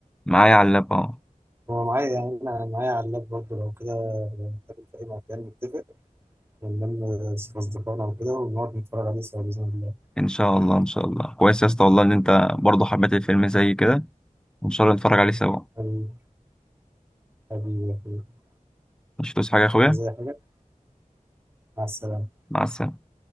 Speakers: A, in the centre; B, on the right.
A: معايا على اللاب اه
B: هو معايا يعني أنا معايا على اللاب برضه لو كده نتقابل في أي مكان نتفق ونلم أصدقائنا وكده ونقعد نتفرج عليه سوا بإذن الله.
A: إن شاء الله إن شاء الله كويس يا اسطى والله إن أنت برضه حبيت الفيلم زي كده وإن شاء الله نتفرج عليه سوا
B: حبيبي حبيبي يا أخويا.
A: مش هتوصي حاجة يا أخويا
B: عايز أي حاجة؟ مع السلامة.
A: مع السلامة